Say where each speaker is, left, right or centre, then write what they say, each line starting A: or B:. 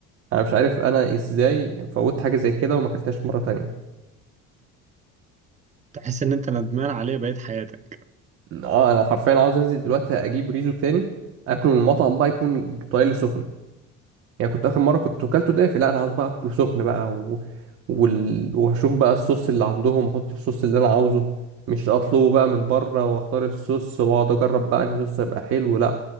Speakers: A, on the right; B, on the right.
A: انا مش عارف انا ازاي فوت حاجة زي كده وما اكلتهاش مرة تانية
B: تحس ان انت ندمان عليه بقيت حياتك
A: اه انا حرفيا عاوز انزل دلوقتي اجيب ريزو تاني اكله من المطعم بقى يكون طالع لي سخن يعني كنت اخر مره كنت اكلته دافي لا انا عاوز بقى اكله سخن بقى و... وال... وهشوف بقى الصوص اللي عندهم واحط الصوص اللي انا عاوزه مش اطلبه بقى من بره واختار الصوص واقعد اجرب بقى انهي صوص هيبقى حلو لا